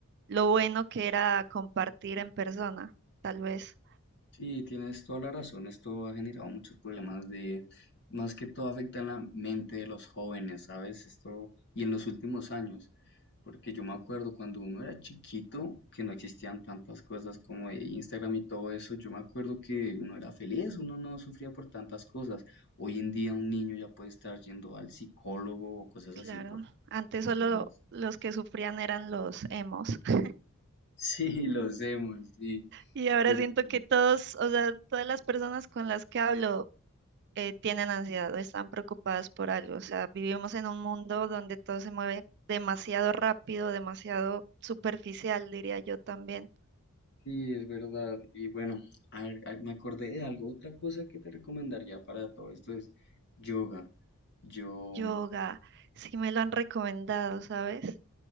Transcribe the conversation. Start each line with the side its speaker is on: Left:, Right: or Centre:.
Right: lo bueno que era compartir en persona, tal vez.
Left: Sí, tienes toda la razón. Esto ha generado muchos problemas de, más que todo afecta en la mente de los jóvenes, ¿sabes? Esto, y en los últimos años, porque yo me acuerdo cuando uno era chiquito, que no existían tantas cosas como de Instagram y todo eso, yo me acuerdo que uno era feliz, uno no sufría por tantas cosas. Hoy en día un niño ya puede estar yendo al psicólogo o cosas
Right: Claro,
Left: así por
Right: antes solo
Left: temas. <laughs>
Right: los que sufrían eran los emos. <laughs>
Left: Sí, lo hacemos, sí,
Right: Y ahora
Left: pero...
Right: siento
Left: sí.
Right: que todos, o sea, todas las personas con las que hablo eh, tienen ansiedad o están preocupadas por algo. O sea, vivimos en un mundo donde todo se mueve demasiado rápido, demasiado superficial, diría yo también.
Left: Sí, es verdad. Y bueno, a ver, a- me acordé de algo. Otra cosa que te recomendaría para todo esto es yoga. Yo,
Right: Yoga, sí me lo han recomendado, ¿sabes?